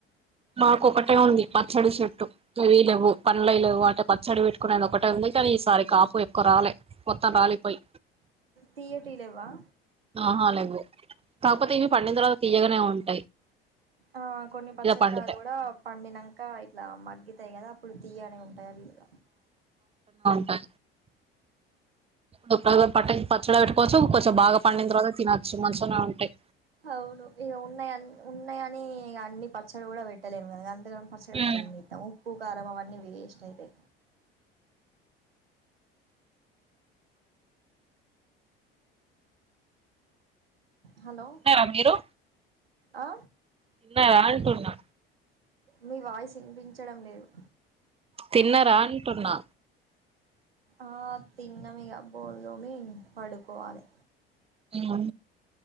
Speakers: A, on the right (about 20°); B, on the right (about 80°).
A: మాకు ఒకటే ఉంది పచ్చడి చెట్టు ఇవీ లేవు పండ్లై లెవ్వు అంటే పచ్చడి పెట్టుకునేది ఒకటే ఉంది కానీ ఈసారి కాపు ఎక్కువ రాలే మొత్తం రాలిపోయి
B: తీయటియి లెవ్వా
A: ఆహా లేవు కాకపోతే ఇవి పండిన తర్వాత తీయగానే ఉంటా
B: ఆ కొన్ని పచ్చడి
A: పండితే
B: కాయలు కూడా పండినంక ఇట్లా మగ్గితేయి కదా అప్పుడు తీయగానే ఉంటాయి అవి ఇగ
A: టై ఇప్పుడు పట్ట పచ్చడా పెట్కోచ్చుంచెం బాగా పండిన తర్వాత తినచ్చు మంచించగా ఉంటాయి
B: అవును ఇక ఉన్నాయ ఉన్నాయ అని అన్ని పచ్చడి కూడా పెట్టలేం కనుక అంతకగాని పచ్చడి
A: హ్మ్
B: పెట్టే ఏమిా ప్పు కారంభం అన్నీ ఇష్ట అయితే హలో
A: తిన్నారా మీరు
B: ఆ
A: తిన్న ఆళంటూన్నా
B: మీ వాయిస్ వినిపించడం లేదు
A: తిన్నారంట ఉన్నా
B: ఆ తిన్నమిగా బోమి పడుకోవాలి
A: ఆ